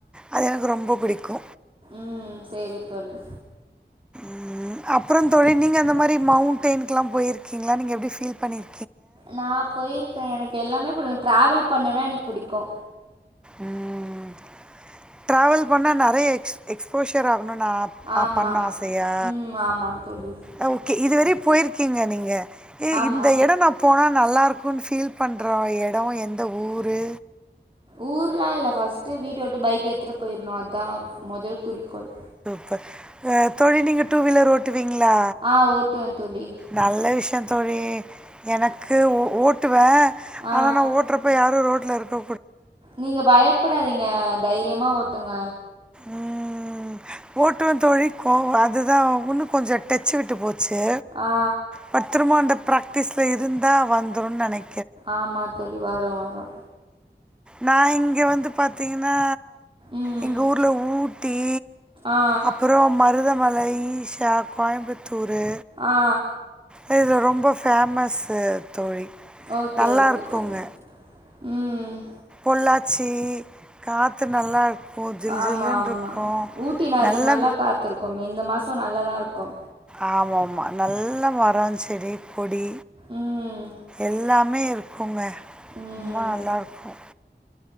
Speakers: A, in the centre; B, on the right (about 30°).
A: அது எனக்கு ரொம்ப புடிக்கு
B: ம் சேரி தோழி
A: ம் அப்புறோந் தோழி நீங்க அந்த மாரி மவுண்டெய்ன்கெல்லா போயிருக்கீங்ளா நீங்க எப்டி ஃபீல் பண்ணிரு
B: நா போயிருக்கேன் எனக்கு எல்லாமே புடு ட்ராவல் பண்ணுனா எனக்கு புடிக்கு
A: ம் டிராவல் பண்ணா நெறய எக்ஸ் எக்ஸ்போஷர் ஆகணு நா
B: ஆமா
A: அ பண்ண ஆசயா
B: ம் ஆமா தோழி
A: ஆ ஓ கி இதுவரை போயிருக்கீங்க நீங்க ஏ
B: ஆமா
A: இந்த எடோ நா போனா நல்லா னக்குன்னு பீல் பண்ற எடோ எந்த ஊரு
B: ஊருல்லா இல்ல ஃபர்ஸ்ட் வீட்ட விட்டு பைகே எடுத்துட்டு போயிர்ணு அதா மொதல் குறிக்கோள்
A: ப அ தோழி நீங்க டூ வீலர் ஓட்டி வீங்களா
B: ஆ ஓட்டுவே தோழி
A: நல்ல விஷ் யே தோழி எனக்கு ஓ ஓட்டுவே
B: ஆ
A: ஆனா நா ஓட்டுறப்ப யாரு ரோட் ல இருக்க
B: நீங்க பயப்படாதீங்க தைரியமா ஓ ட்டுங்க
A: ம் ஓட்டுவே தோழி கோ அதுதா உன்னு கொஞ்சோ டச்சு விட்டு போச் சு
B: ஆ
A: பத்துரமாண்ட ப்ராக்டிஸில இருந்தா வந்துருன் நெனை
B: ஆமா தோழி வரு வரு
A: நா இங்க வந்து பாத்தீங்ன்னா
B: ம்
A: எங்க ஊர்ல ஊ ட்டி
B: ஆ
A: அப்புறோ மருதமலை தா கோயம்பு த்தூரு
B: ஆ
A: அ இது ரொம்ப ஃபேமஸ்ஸு தோழி
B: ஓகே
A: நல்லா
B: ஓகே
A: இருக்கோங்க
B: தோழி ம்
A: பொள்ளாச்சி காத்து நல்லா இருக்கும் ஜில்
B: ஆமா
A: ஜில்லுன்னு
B: ஆமா
A: இருக்கும்
B: ஊட்டினாலே
A: நல்ல
B: நல்லா காத்துருக்குமே இந்த மாசோ நல்லாதாருக்கு
A: ஆமாமா நல்ல மரோ செடி கொடி
B: ம்
A: எல்லா மே இருக்குங்க
B: ம்
A: ம்மா நல்லாருக்கு